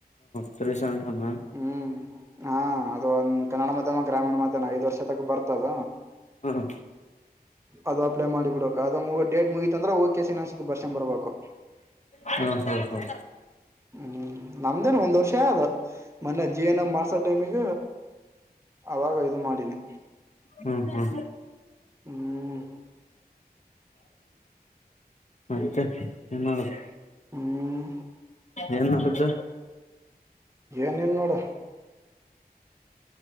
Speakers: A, on the left (about 45°); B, on the right (about 15°).
A: ಸರಸಂರಮ್ಮ..
B: ಹ್ಮ್ ಹಾ ಅದು ಒಂದು ಕನ್ನಡ ಮಾಧ್ಯಮ ಗ್ರಾಮೀಣ ಮಾಧ್ಯಾಹ್ ಐದ್ ವರ್ಷ ತಕ ಬರ್ತದ..
A: ಹ್ಮ.
B: ಅದು ಅಪ್ಲೈ ಮಾಡಿಬಿಡಬೇಕು ಅದು ಮುಗ ಡೇಟ್ ಮುಗೀತಂದ್ರೆ ಓಕೆಸನ್ ಅನ್ಸುತ್ತೆ ಬರ್ಷನ್ ಬರ್ಬೇಕು
A: ಹ್ಮ ಹ್ಮ ಹ್ಮ..
B: ಹ್ಮ್ ನಮ್ದೇನ್ ಒಂದ್ ವರ್ಷ ಆದ ಮೊನ್ನೆ ಜೀವನ್ ಮಾಡ್ಸೋ ಟೈಮಗ.. ಅವಾಗ ಇದು ಮಾಡಿನಿ..
A: ಹ್ಮ್ ಹ್ಮ್
B: ಹ್ಮ್..
A: ಮತ್ತೆ ಏನ್ ಮಾಡುದು
B: ಹ್ಮ್
A: ಏನ್ ಮಾಡ್ದ..
B: ಏನ ಇಲ್ ನೋಡ..